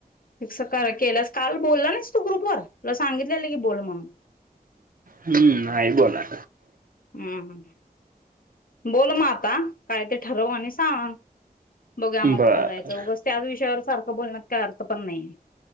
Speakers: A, on the left; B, on the right.
A: फिक्स करा केल्या काल बोलला नाहीस तू ग्रुप वर तला सांगितलेलं की बोल म्हणून
B: हम्म नाही बोलाय.
A: हम्म हम्म. बोल मग आता काय ते ठरव आणि सांग. बघूया मग
B: बर
A: कुठं जायचं उगाच त्याच विषयावर सारखं बोलण्यात काय अर्थ पण नाही.